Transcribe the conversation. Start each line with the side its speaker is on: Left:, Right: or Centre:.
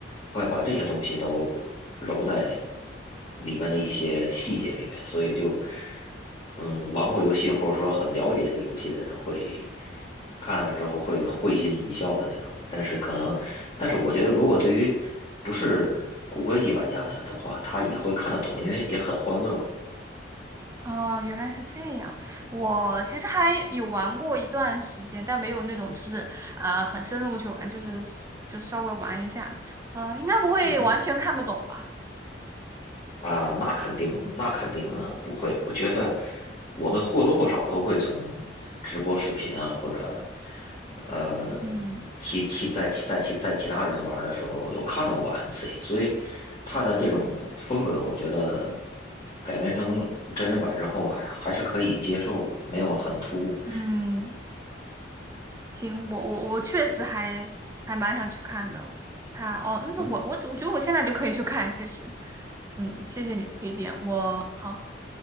Left: 他会把这些东西都揉在里面的一些细节里面，所以就，嗯，玩过游戏或者说很了解这个游戏的人会看完之后会会心一笑的那种。但是可能，但是我觉得如果对于不是骨灰级玩家的话，他也会看得懂，因为也很欢乐嘛。
Right: 哦，原来是这样。我其实还有玩过一段时间，但没有那种就是呃很深入去玩，就是就稍微玩一下，呃，应该不会完全看不懂吧？
Left: 嗯哼。啊，那肯定，那肯定不会。我觉得我们或多或少都会从直播视频啊，或者呃，
Right: 嗯
Left: 其其在其在其在其他人玩的时候有看到过 MC，所以他的这种风格，我觉得改编成真人版之后还还是可以接受的，没有很突兀。
Right: 嗯，行，我我我确实还还蛮想去看的。他哦，那我我我觉得我现在就可以去看，
Left: 嗯，
Right: 其实，嗯，谢谢你的推荐。我好，